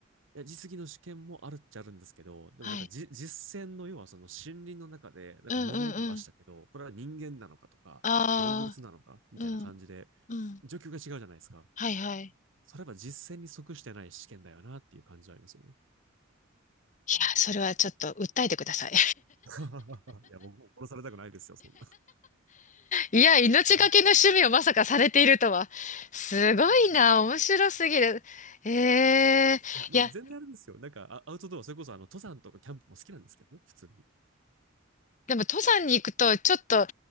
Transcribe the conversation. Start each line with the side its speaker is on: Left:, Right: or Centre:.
Right: いや、実技の試験もあるっちゃあるんですけど、でもなんかじ実践の要はその森林の中で、
Left: はい。
Right: なんか物音がしたけど、
Left: うんうんうん。
Right: これは人間なのかとか、
Left: ああ
Right: 動物なのかみたいな感じで、
Left: ー、うん。うん。
Right: 状況が違うじゃないですか。
Left: はいはい。
Right: それは実践に即してない試験だよなっていう感じはありますよね。
Left: いや、それはちょっと訴えてください。
Right: <laughs> いや、僕も殺されたくないですよ、そんな。
Left: いや、命がけの趣味をまさかされているとは。
Right: ね
Left: すごいな、
Right: いやー、い
Left: 面白すぎる。ええいや、
Right: や、まあ、全然あれですよ。なんか、あアウトドア、それこそ、あの、登山とかキャンプも好きなんですけどね、普通に。い
Left: でも登山に行くと、ちょっと、